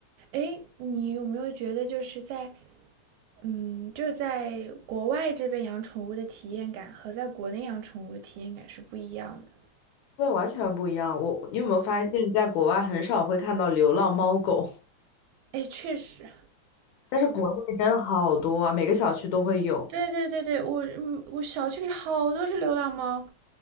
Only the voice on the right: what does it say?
诶，你有没有觉得就是在，嗯，就是在国外这边养宠物的体验感和在国内养宠物的体验感是不一样的？
诶，确实，
对对对对，我嗯，我小区里好多只流浪猫。